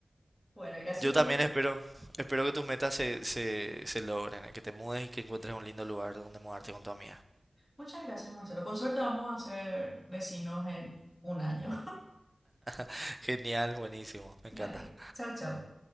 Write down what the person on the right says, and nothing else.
Yo
también espero, espero que tus metas se, se, se logren, que te mudes y que encuentres un lindo lugar donde mudarte con tu amiga.
<laughs> Genial, buenísimo,
me
encanta.